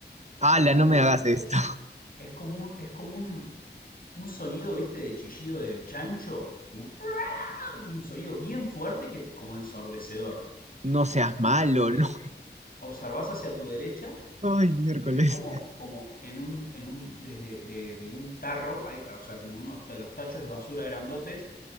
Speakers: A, on the right; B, on the left.
A: ¡Hala,
B: un ruido
A: no me hagas
B: como
A: esto!
B: es,
A: <laughs>
B: es como un, es como un, un sonido, viste, de chillido de chancho, como un, un sonido bien fuerte que como ensordecedor.
A: No seas
B: Y
A: malo,
B: es como que
A: no.
B: observás hacia tu derecha
A: <laughs> Ay, miércoles.
B: y ves como, como en un, en un, desde de, de un tarro, hay- o sea, como en unos de los tachos de basura grandotes,